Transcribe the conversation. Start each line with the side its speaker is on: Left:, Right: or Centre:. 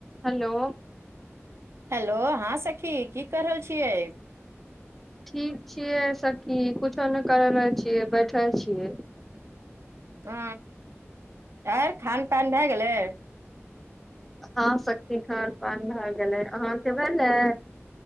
Centre: hello
Right: hello हँं सखी की कऽ रहल छियै
Centre: ठीक छियै सखी कुछो नहि करय रहल छियै बैठैल छियै
Right: ह आर खान पान भए गेलै
Centre: हँ सखी खान पान भए गेलै अहाँके भेलै